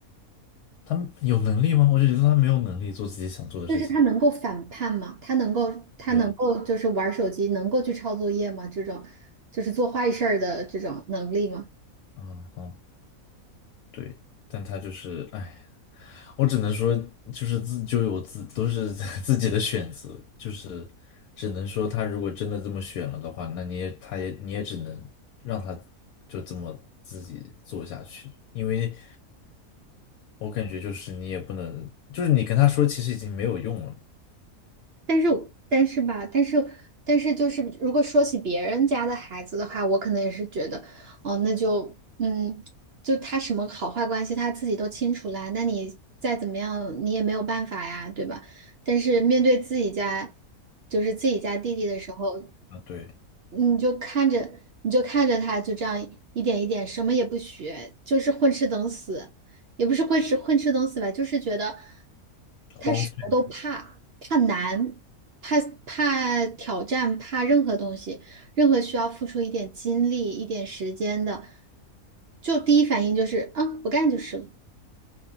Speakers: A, on the left; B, on the right.
A: 他有能力吗？我就觉得他没有能力做自己想做的事情。
B: 就是他能够反叛吗？他能够他能够就是玩手机，
A: 对，
B: 能够去抄作业吗？这种就是做坏事儿的这种能力吗？
A: 嗯，好。对，但他就是，哎，我只能说，就是自就有自都是 <laughs> 自己的选择，就是只能说他如果真的这么选了的话，那你也他也你也只能让他就这么自己做下去，因为我感觉就是你也不能，就是你跟他说其实已经没有用了嘛，
B: 但是我但是吧，但是但是就是，如果说起别人家的孩子的话，我可能也是觉得，哦，那就嗯，就他什么好坏关系他自己都清楚啦，那你再怎么样你也没有办法呀，对吧？但是面对自己家，就是自己家弟弟的时候，
A: 啊，对，
B: 你就看着你就看着他就这样一点一点什么也不学，就是混吃等死。也不是混吃混吃等死吧，就是觉得
A: 荒废
B: 他什么都怕，怕难，怕怕挑战，怕任何东西，任何需要付出一点精力、一点时间的，就第一反应就是啊，不干就是了。